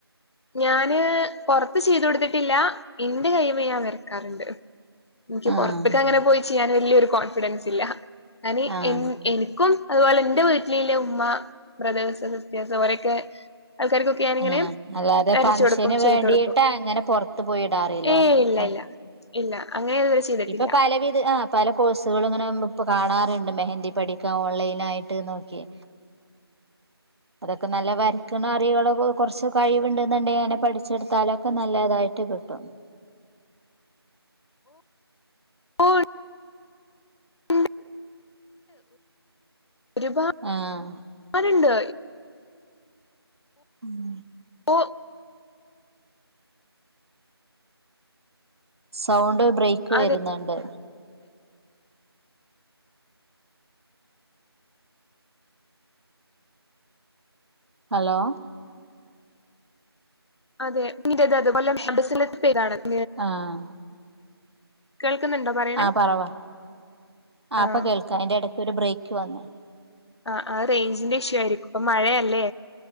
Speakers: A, on the left (about 80°); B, on the right (about 75°).
A: ഞാന് പൊറത്ത് ചെയ്തു കൊടുത്തിട്ടില്ല എന്റെ കൈമേ ഞാൻ വരക്കാറുണ്ട്. എനിക്ക്
B: ആഹ്
A: പുറത്തേക്ക അങ്ങനെ പോയി ചെയ്യാൻ വലിയൊരു കോൺഫിഡൻസ് ഇല്ല ഞാൻ
B: ആഹ്
A: എനിക്കും അതുപോലെ എൻന്റെ വീട്ടിലെ ഉമ്മ ബ്രദേേഴ്സ് സിസ്റ്റേഴ്സ് അവരൊക്കെ ആൾക്കാർക്കൊക്കെ ഞാനിങ്ങനെ
B: ആഹ അല്ല അതെ
A: വരച്ചു
B: ഫംഗഷന്
A: കൊടുക്കും ചെയ്തു
B: വേണ്ടീട്ട്
A: കൊടുക്കും
B: അങ്ങനെ പുറത്ത പോയിടാറില്ലന്നലേ
A: ഏയ് ഇല്ല ഇല്ല ഇല്ല അങ്ങനെ ഇതുവരെ ചെയ്തിട്ടില്ല
B: ഇപ്പൊ പലവിധ ആ പല കോഴ്സുകൾ ഇങ്ങനെ ഇപ്പൊ കാണാറുണ്ട് മെഹന്തി പഠിക്കാൻ ഓൺലൈൻ ആയിട്ട് നോക്കി നേകെ അതൊക്കെ നല്ല വരയ്ക്കണ അറിവൾ കുറച്ച് കഴിവുണ്ട എന്നുണ്ടെിൽങ്ങനെ പഠിച്ചെടുത്താലൊക്കെ നല്ലതായിട്ട് <unintelligible>
A: ആ <unintelligible> <unintelligible> ഒരുപാട്
B: ആഹ്
A: ഉണ്ട്
B: ഉം
A: ഓ
B: സൗണ്ട് ബ്രേക്ക് വരുന്നുണ്ട്.
A: അതെ
B: ഹലോ
A: അതെ പിന്നത അതുപോലെസനത്ത് പേ <unintelligible> താണ്ത്
B: ആഹ
A: കേൾക്കുന്നുണ്ടോ പറയണേ
B: ആഹ പറവാ ആ
A: ആഹ്
B: അപ്പൊ കേൾക്കാ എന്റെ ഇടക്ക് ഒരു ബ്രേക്ക് വന്ന്
A: ആ ആ റേഞ്ചിന്റെ ഇഷ്യൂ ആയിരിക്കും അപ്പൊ മഴയല്ലേ